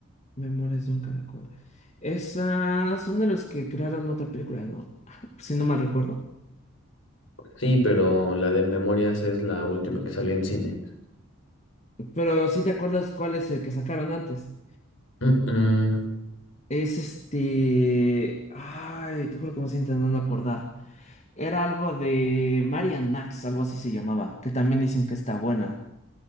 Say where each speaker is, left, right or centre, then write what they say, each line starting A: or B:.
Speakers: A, on the left; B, on the left.
A: Memorias de un caracol. Esas son de los que crearon otra película, ¿no? Si no mal recuerdo.
B: Sí, pero la de Memorias es la última que salió en cine.
A: Pero sí te acuerdas cuál es el que sacaron antes.
B: Mm, mm.
A: Es este. Ay, te juro que me estoy intentando acordar. Era algo de Marian Max, algo así se llamaba, que también dicen que está buena.